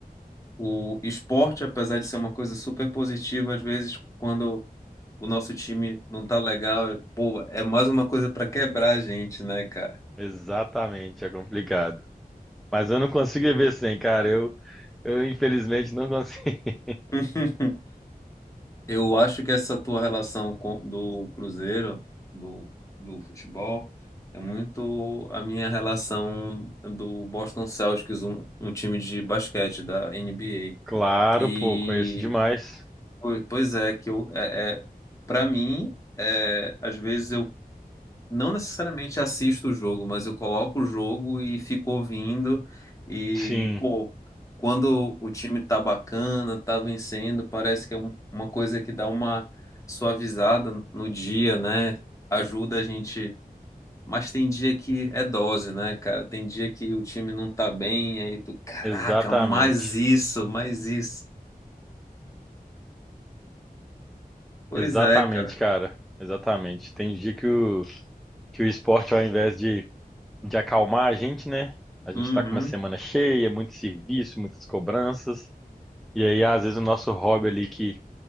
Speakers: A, on the left; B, in the centre.
A: O esporte, apesar de ser uma coisa super positiva, às vezes, quando o nosso time não tá legal, é- pô, é mais uma coisa pra quebrar a gente, né, cara?
B: Exatamente, é complicado. Mas eu não consigo viver sem, cara. Eu Eu, infelizmente, não consegui. <laughs>
A: <laughs> Eu acho que essa tua relação com, do Cruzeiro, do, do futebol, é muito a minha relação do Boston Celtics, um, um time de basquete da NBA.
B: Claro,
A: Que
B: pô, conheço demais.
A: Pois pois é, que eu, é, é, para mim, é, às vezes eu não necessariamente assisto o jogo, mas eu coloco o jogo e fico ouvindo. E,
B: Sim,
A: pô, quando o time tá bacana, tá vencendo, parece que é um- uma coisa que dá uma suavizada no dia, né? Ajuda a gente. Mas tem dia que é dose, né, cara? Tem dia que o time não tá bem, aí tu, caraca,
B: exatamente.
A: mais isso, mais isso. Pois
B: Exatamente,
A: é, cara.
B: cara. Exatamente. Tem dia que o, que o esporte, ao invés de, de acalmar a gente, né? A gente
A: Uhum.
B: tá com uma semana cheia, muito serviço, muitas cobranças. E aí, às vezes, o nosso hobby ali, que,